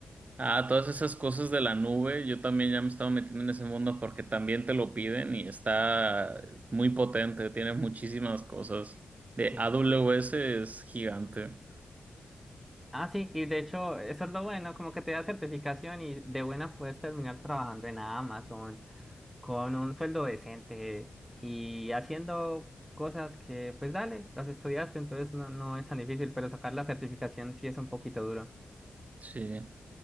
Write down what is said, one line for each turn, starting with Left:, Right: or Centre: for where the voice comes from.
Right: Ah, todas esas cosas de la nube, yo también ya me estaba metiendo en ese mundo porque también te lo piden y está muy potente, tiene muchísimas cosas. De
Centre: Sí,
Right: AWS
Centre: sí. sí.
Right: es gigante.
Centre: Ah, sí, y de hecho, eso es lo bueno, como que te da certificación y de buena puedes terminar trabajando en Amazon con un sueldo decente y haciendo cosas que, pues dale, las estudiaste, entonces no, no es tan difícil, pero sacar la certificación sí es un poquito duro.
Right: Sí.